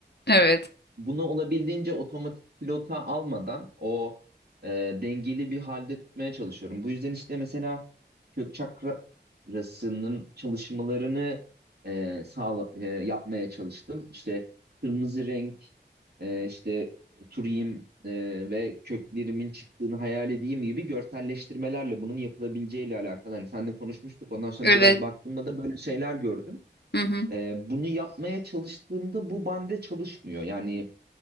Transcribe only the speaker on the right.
bunu olabildiğince otomatik pilota almadan o e, dengeli bir halde tutmaya çalışıyorum. Bu yüzden işte mesela kök çakrasının çalışmalarını e, sağla, e, yapmaya çalıştım. İşte kırmızı renk, e, işte oturayım e, ve köklerimin çıktığını hayal edeyim gibi görselleştirmelerle bunun yapılabileceğiyle alakalı. Hani seninle konuşmuştuk. Ondan sonra
biraz baktığımda da böyle şeyler gördüm.
E, bunu yapmaya çalıştığımda bu bende çalışmıyor. Yani